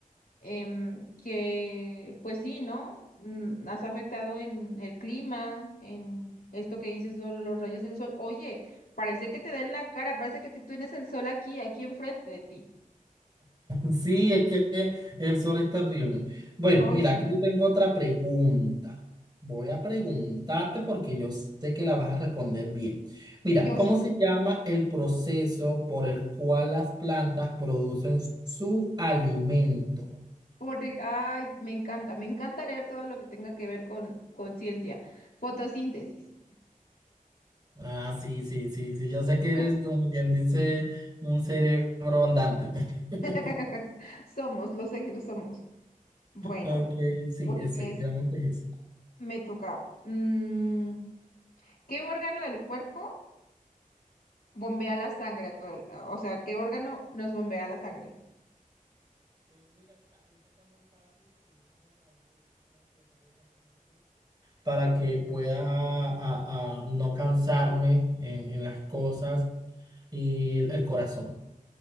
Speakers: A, on the left; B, on the right.
A: em, que pues sí, ¿no? Mm, Has afectado en el clima, en esto que dices, o los rayos del sol. Oye, parece que te da en la cara, parece que tú tienes el sol aquí, aquí enfrente de ti.
B: Sí, es que el sol es terrible. Bueno,
A: Hoy
B: mira,
A: sí.
B: aquí yo tengo otra pregunta. Voy a preguntarte porque yo sé que la vas a responder bien. Mira,
A: Yo
B: ¿cómo
A: sé,
B: se llama el proceso por el cual las plantas producen su alimento?
A: porque, ay, me encanta, me encanta leer todo lo que tenga que ver con con ciencia. Fotosíntesis.
B: Ah, sí, sí, sí, sí. Yo sé que eres
A: <laughs>
B: como quien dice un cerebro andante. <laughs>
A: <laughs> Somos, lo sé que lo somos. Bueno,
B: Ok, sí,
A: pues
B: efectivamente es
A: me toca. Mm, ¿qué órgano del cuerpo bombea la sangre a todo el- o sea, ¿qué órgano nos bombea la sangre?
B: para que pueda a- a no cansarme en, en las cosas y el, el corazón.